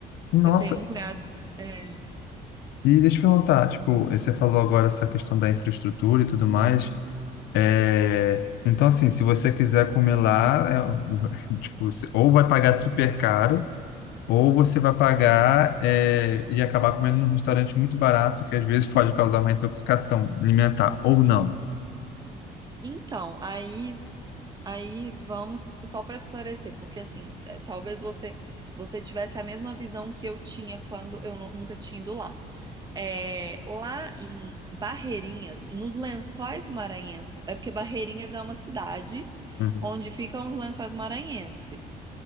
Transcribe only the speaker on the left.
Nossa,
e deixa eu perguntar, tipo, você falou agora essa questão da infraestrutura e tudo mais. É, então, assim, se você quiser comer lá, é, o- <laughs> tipo, você ou vai pagar super caro, ou você vai pagar é, e acabar comendo num restaurante muito barato, que às vezes <laughs> pode causar uma intoxicação alimentar, ou não.
Uhum.